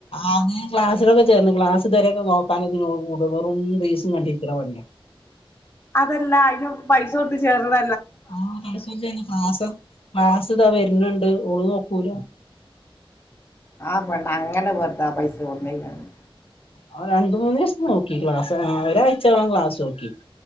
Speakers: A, on the left; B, on the left.
A: അത് ക്ലാസിലൊക്കെ ചേർന്ന് ക്ലാസ് ഇതൊരെക്കും നോ <unintelligible> വെറും റിലീസും കണ്ടിരിക്കണ പണിയ.
B: അതല്ല അതിന് പൈസ കൊടുത്ത് ചേർന്ന
A: ആഹ ത ക്ലാസ ക്ലാസ് ഇതാ വരുന്നണ്ട് ഒള് നോക്കൂല
B: ആ പെണ്ണ അങ്ങനെ വെറുതാ ആ പൈസ കൊണ്ടേ കളഞ്ഞു
A: ആ രണ്ട് മൂന്ന് ദിവസം നോക്കി ക്ലാസ് ഒരാഴ്ച വേണം ക്ലാസ്സ് നോക്കി